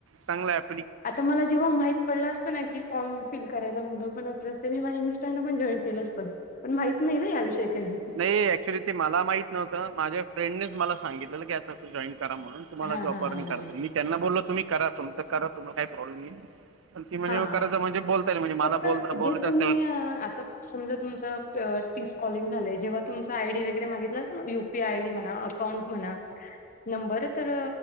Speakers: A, on the right; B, on the left.
A: चांगलं ऍप
B: आता मला जेव्हा माहित पडलं अस की फॉर्म फिल करायला मुलं पण असलं तर मी माझ्या मिस्टरना पण जॉईन केलं असतं पण माहित नाही ना याविषयी काही
A: ते ऍक्च्युली ते मला माहित नव्हतं माझ्या फ्रेंडनेच मला सांगितलं की असं जॉईन करा म्हणून तुम्हाला
B: हां
A: जॉब
B: हां
A: करत
B: हां हां.
A: करता येते मी त्यांना बोलो तुम्ही करा तुमच करा तुम्हाला काही प्रॉब्लेम नाही पण ती म्हणजे
B: हां.
A: करायच म्हणजे बोलताईल म्हणजे मला
B: फक्त
A: बोल बोलत्यातच
B: जे तुम्ही अ, समजा तुमचं तीस कॉलिंग झाले जेव्हा तुमच आयडी वगैरे मागितलं असल ना U P I I D म्हणा अकाउंट म्हणा नंबर तर